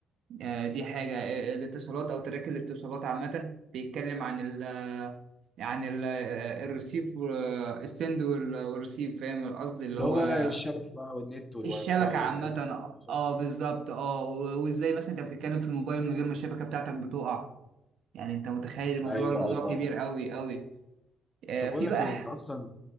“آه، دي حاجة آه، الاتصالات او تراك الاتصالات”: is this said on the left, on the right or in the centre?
Right